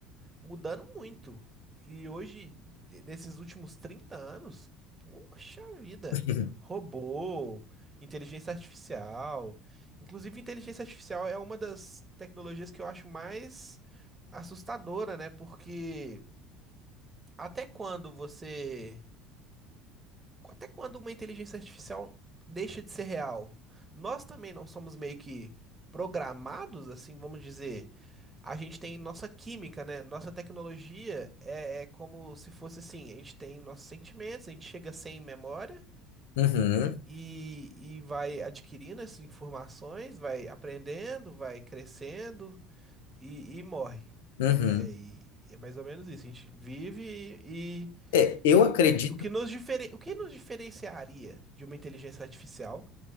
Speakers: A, on the right; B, on the left.
A: mudando muito. E hoje, de- nesses últimos 30 anos, poxa vida.
B: <laughs>
A: Robô, inteligência artificial. Inclusive, inteligência artificial é uma das tecnologias que eu acho mais assustadora, né? Porque. Até quando você. Até quando uma inteligência artificial deixa de ser real? Nós também não somos meio que programados, assim, vamos dizer. A gente tem nossa química, né? Nossa tecnologia é, é como se fosse assim: a gente tem nossos sentimentos, a gente chega sem memória
B: Uhum,
A: e, e vai adquirindo essas informações, vai aprendendo, vai crescendo e, e morre,
B: uhum.
A: né? E é mais ou menos isso: a gente vive e
B: É, eu acredito.
A: E o que nos diferen... o que nos diferenciaria de uma inteligência artificial